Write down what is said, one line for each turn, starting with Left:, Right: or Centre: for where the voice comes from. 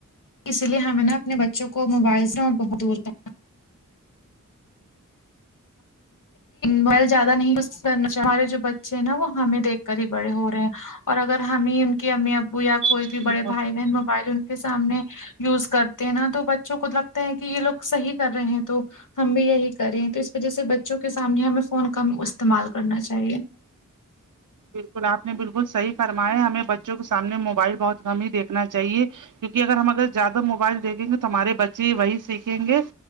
Left: اسی لیے ہمیں نا اپنے بچوں کو موبائل سے اور بہت دور تک موائل زیادہ نہیں کرنا ہمارے جو بچے ہیں نا وہ ہمیں دیکھ کر ہی بڑے ہو رہے ہیں اور اگر ہمیں ان کے امی ابو یا کوئی
Right: جی
Left: بھی
Right: بالکل
Left: بڑے بھائی بہن موبائل ان کے سامنے یوز کرتے ہیں نا تو بچوں کو لگتا ہے کہ یہ لوگ صحیح کر رہے ہیں تو ہم بھی یہی کریں ہیں تو اس وجہ سے بچوں کے سامنے ہمیں فون کم استعمال کرنا چاہیے
Right: بالکل آپ نے بالکل صحی فرمایا ہمیں بچوں کے سامنے موبائل بہت گم ہی دیکھنا چاہیے کیونکہ اگر ہم اگر زیادہ موبائل دیکھیں گے تو ہمارے بچے وہی سیکھیں گے